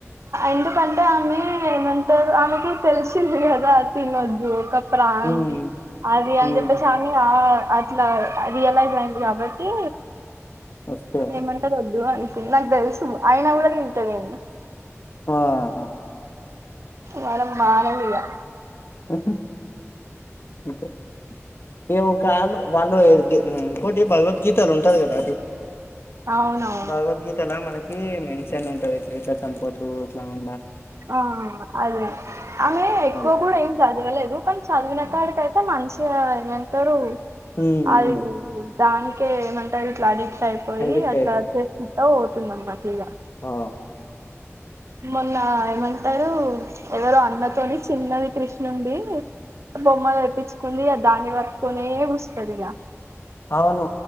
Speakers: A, on the right; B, on the left.
A: ఎందుకంటే ఆమె ఏమంటారు ఆమెకి తెలిసింది కదా తినొద్దు ఒక ప్రా
B: హ్మ్
A: అంది అది
B: హ్మ్
A: అని చెప్పేసి ఆమె ఆ అట్లా రియలైజ్ అయింది కాబట్టి
B: ఓకే
A: ఏమంటరు వద్దు అని నాకు తెలుసు అయిన కూడ తింటా నేను
B: వాహ్
A: మనం మారం, ఇగా
B: ఉహు అంతే ఇగా, కాళ్ళు వాళ్ళు ఏదు ఇంకోటి భగవద్గీతలు ఉంటాది. గదా
A: అవునవును
B: భగవద్గీతల, మనకి మెన్షన్ ఉంటది. ఇట్లా ఇట్లా చంపొద్దు, ఇట్లా ఉ
A: ఆ అదే, ఆమె ఎక్కువ
B: అలా
A: గూడా ఏం చదవలేదు. కాని చదివిన కాడికయితే, మంచిగా ఏమంటారు.
B: హ్మ్
A: అది
B: హ్మ్
A: దానికే ఏమంటరు, ఇట్లా అడిక్ట్ అయిపోయి,
B: ఎడిక్ట్
A: అట్లా చేసికుంటా పోతుంది. అన్నమాట ఇగా.
B: అ
A: మొన్న ఏమంటరు, ఎవరో అన్నతోని, చిన్నది కృష్ణుండి బొమ్మ తెప్పించుకుంది. దాన్ని పట్టుకునే కుసుంటది. ఇగా
B: అవును,